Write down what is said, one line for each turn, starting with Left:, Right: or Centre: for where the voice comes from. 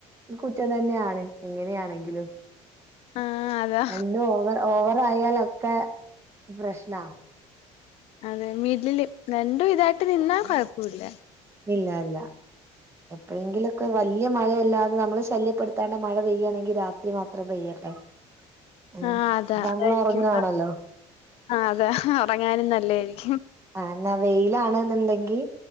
Right: കുറ്റം തന്നെയാണ് എങ്ങനെ ആണങ്കിലും
Left: ആഹ് അതാ
Right: രണ്ടും ഓവറ ഓവറായാല് ക്കാ പ്രശ്നാ
Left: അതേ മിഡ്ല് രണ്ടും ഇതായിട്ട് നിന്നാ ഒരു കൊയ്പും ഇല്ല
Right: ഇല്ല ഇല്ല എപ്പഴെങ്കിലും ഒക്കെ വല്യ മഴയില്ലാതെ നമ്മളെ ശല്യ പെട്ത്തണ്ട മഴ പെയ്യാണങ്കി രാത്രി മാത്രം പെയ്യട്ടെ ഉം
Left: ആഹ് അതാ
Right: അപ്പൊ നമ്മള്
Left: അതായിരിക്കും
Right: ഉറങ്ങാണല്ലോ
Left: അതാ ഉറങ്ങാനും നല്ലായിരിക്കും
Right: ആഹ് എന്നാ വെയ്ല് ആണ് എന്ന് ണ്ടങ്കിൽ